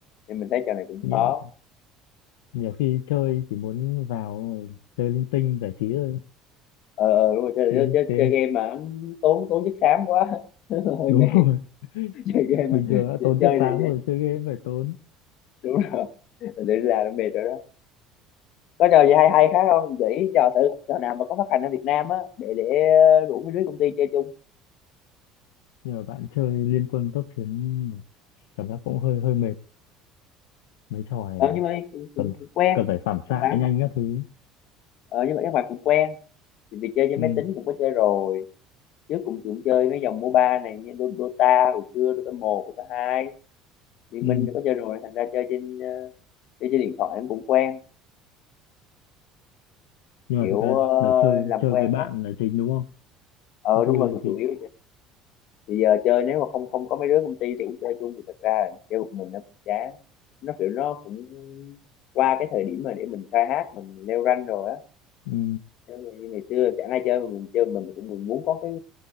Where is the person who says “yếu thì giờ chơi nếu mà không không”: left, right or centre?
Left